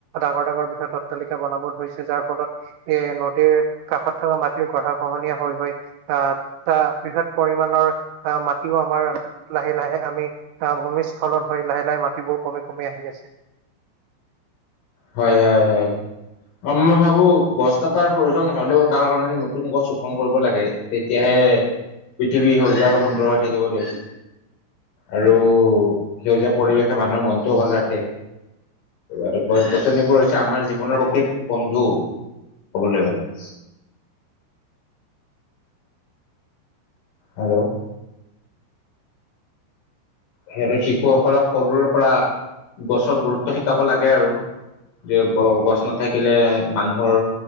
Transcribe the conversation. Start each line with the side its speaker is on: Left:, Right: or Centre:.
Right: ডাঙৰ -ডাঙৰ বৃহৎ অত তালিকা বনাব ধৰিছে যাৰ ফলত এ নদীৰ কাষত থকা মাটিৰ গঢ়া খহনীয়া হৈ হৈ ত তা বিত <unintelligible> পৰিমাণৰ আহ মাটিও আমাৰ লাহে -লাহে আমি আহ ভূমিস্খলন হৈ লাহে -লাহে মাটিবোৰ কমি- কমি আহি আছে।
Left: হয়, হয়, হয়, আৰু মই ভাবো গছ কটাৰ প্ৰয়োজন হলেও তাৰ সলনি নতুন গছ ৰোপন কৰিব লাগে তেতিয়াহে পৃথিৱী সেউজীয়া আৰু সুন্দৰ হৈ থাকিব দিয়াচোন। আৰু সেউজীয়া পৰিৱেশে মানুহৰ মনটোও ভাল ৰাখে এই গছ -গছনিবোৰ হৈছে আমাৰ জীৱনৰ প্ৰকৃত বন্ধু ক'বলৈ গলে <inaudible> হেল্ল' সেৰ শিশুসকলক সৰুৰে পৰা গছৰ গুৰুত্ব শিকাব লাগে আৰু যে গ গছ নাথাকিলে মানুহৰ